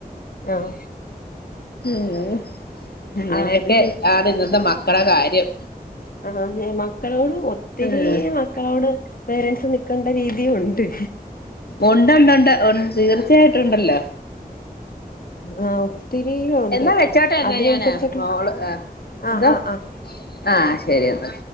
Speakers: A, on the left; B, on the left.
A: ആഹ്
B: ഉം അങ്ങനെയൊക്കെ
A: ആഹ് അത്
B: ആണ് ഇന്നത്തെ മക്കളെ കാര്യം.
A: ആ ന്നെ മക്കളോട് ഒത്തിരീ
B: ഉം
A: മ ക്കളോട് പേരൻസ് നിക്കണ്ട രീതിയും ഉണ്ട്.
B: ഒണ്ടൊണ്ട്‌ണ്ട്‌ ഒണ്ട് തീർച്ചയായിട്ടും ഒണ്ടല്ലോ
A: ആഹ് ഒത്തിരി ഉണ്ട്
B: എന്നാ വെച്ചോട്ടെ എന്നാ
A: അതിനനുസരിച്ചൊക്കെ
B: ഞാന് മോള് ആ
A: ആഹ്
B: ന്താ
A: ആഹ് ആഹ്
B: ആഹ് ശരി എന്ന